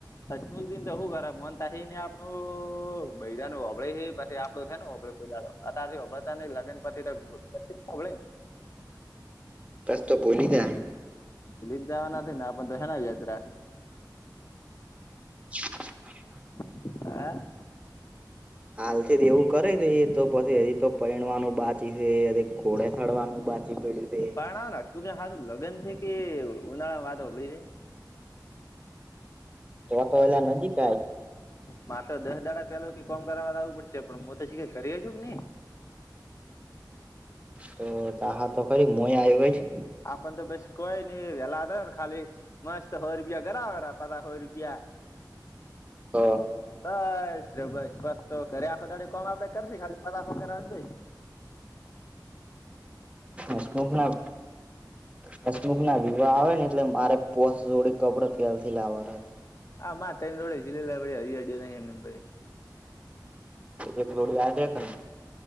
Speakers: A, on the left; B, on the right.
A: દસમુક દિન તો શું ખરા મનતા હને આપણું બૈરાનું હોબળે છે પછી આપ થ ને હોબળે કોઈ દાડોર હો ન લગન પથી હોબળે ને.
B: કસ તો પોલી જાય.
A: લીધ જવાના ને આપણ તો હના યાદ રાખે.
B: <inaudible>
A: હે
B: હાલથી જ એવું કરે છે તો પછી હજી તો પૈણવાનું બાચી છે ઘોડે થડવાનું બાચ જ પડ
A: પાણ શું કે હા લગ્ન છે કે ઉનાળા વાતોળી છે.
B: તો વા તો વલા નજીક
A: મા તો દસ દાડા પેલો કોમ કરવાાવ લવું પડશે પણ હું તો શીખ કરી છુ કે ઈ
B: હ તો ત તો કરી મઈ આય હોય છે.
A: આપણ તો બી કોય નઈ વેલા હતા ને ખાલી મસ્ હો રૂપિયા ઘરાબર પતા હો રૂપિયા
B: હોય જ
A: બસ બસ બસ તો ઘરે આખો દાડી કોણ આપડે કરશે ખાલી પતા હો રાખ દ
B: હસમુખ ના હસમુખ ના વિવાહ આવે ને એટલે મારે પોસ જોડી કપડે પ્યાલ થી લાવવાર હતા.
A: આા મા તને જોડી સીલેલા પડડી હડિયા ન એમને પડે
B: એક લોડી આજ કર